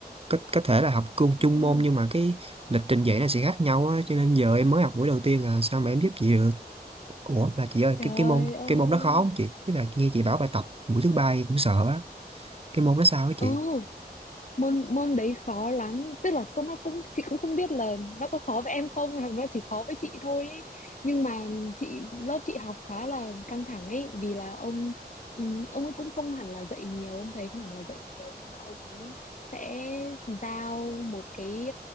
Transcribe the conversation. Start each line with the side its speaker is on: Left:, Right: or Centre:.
Right: có, có thể là học chung chung
Left: Trời ơi,
Right: môn nhưng mà cái lịch trình dạy nó sẽ khác nhau á cho nên giờ em mới học buổi đầu tiên à sao mà em giúp chị được Ủa mà chị ơi
Left: trời
Right: cái cái môn
Left: ơi.
Right: cái môn đó khó không chị? Tức là nghe chị bảo bài tập buổi thứ ba em cũng sợ á. Cái môn đó sao á chị?
Left: Ừ, môn môn đấy khó lắm tức là con nó cũng chị cũng không biết là nó có khó với em không hoặc nó chỉ khó với chị thôi ấy. nhưng mà chị lớp chị học khá là căng thẳng ấy vì là ông ừ, ông ấy cũng không hẳn là dạy nhiều ông thầy cũng hẳn là dạy nhiều nhưng mà ông ấy sẽ giao một cái